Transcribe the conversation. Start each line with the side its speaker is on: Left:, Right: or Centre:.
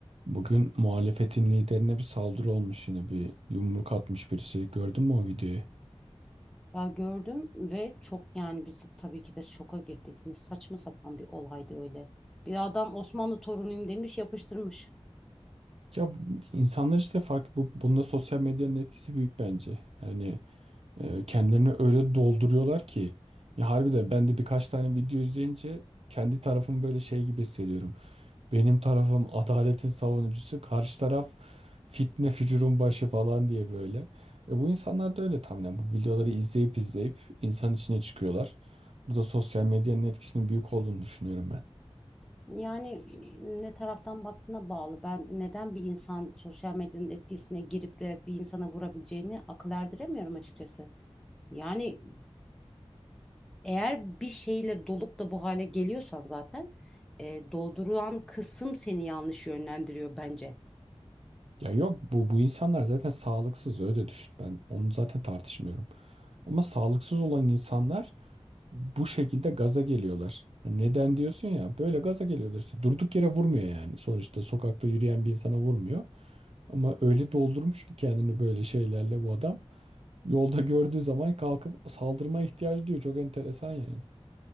Right: Bugün muhalefetin liderine bir saldırı olmuş yine bir yumruk atmış birisi. Gördün mü o videoyu?
Centre: Ya gördüm ve çok yani biz de tabii ki de şoka girdik. Ne saçma sapan bir olaydı öyle. Bir adam Osmanlı torunuyum demiş yapıştırmış.
Right: Ya insanlar işte farklı bu, bunda sosyal medyanın etkisi büyük bence. Yani e, kendilerini öyle dolduruyorlar ki ya harbiden ben de birkaç tane video izleyince kendi tarafım böyle şey gibi hissediyorum. Benim tarafım adaletin savunucusu, karşı taraf fitne fücurun başı falan diye böyle. E bu insanlar da öyle tahminen. Bu videoları izleyip izleyip insan içine çıkıyorlar. Burada sosyal medyanın etkisinin büyük olduğunu düşünüyorum ben.
Centre: Yani ne taraftan baktığına bağlı. Ben neden bir insan sosyal medyanın etkisine girip de bir insana vurabileceğini akıl erdiremiyorum açıkçası. Yani eğer bir şeyle dolup da bu hale geliyorsan zaten e, doldurulan kısım seni yanlış yönlendiriyor bence.
Right: Ya yok bu bu insanlar zaten sağlıksız öyle düşün. Ben onu zaten tartışmıyorum. Ama sağlıksız olan insanlar bu şekilde gaza geliyorlar. Hani neden diyorsun ya? Böyle gaza geliyorlar işte. Durduk yere vurmuyor yani. Sonuçta sokakta yürüyen bir insana vurmuyor. Ama öyle doldurmuş ki kendini böyle şeylerle bu adam. Yolda gördüğü zaman kalkıp saldırmaya ihtiyacı duyuyor. Çok enteresan yani.